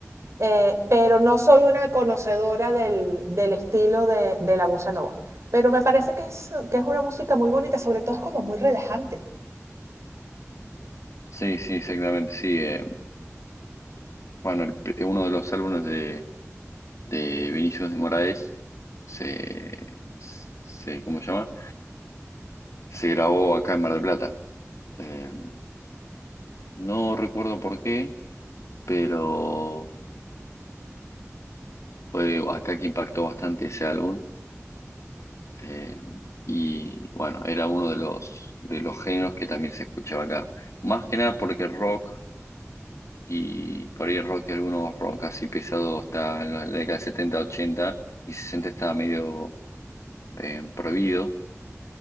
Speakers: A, on the right; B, on the left.
A: eh, pero no soy una conocedora del, del estilo de, de la bossa nova. Pero me parece que es, que es una música muy bonita, sobre todo es como muy relajante.
B: Sí, sí, exactamente, sí. eh, bueno, el pr- uno de los álbumes de, de Vinicius de Moraes se, se, ¿cómo se llama? Se grabó acá en Mar del Plata. Eh, no recuerdo por qué, pero fue acá que impactó bastante ese álbum. Eh, y bueno, era uno de los, de los géneros que también se escuchaba acá. Más que nada porque rock y por ahí rock, algunos rock así pesado está en la década de 70 80 y 60 estaba medio eh, prohibido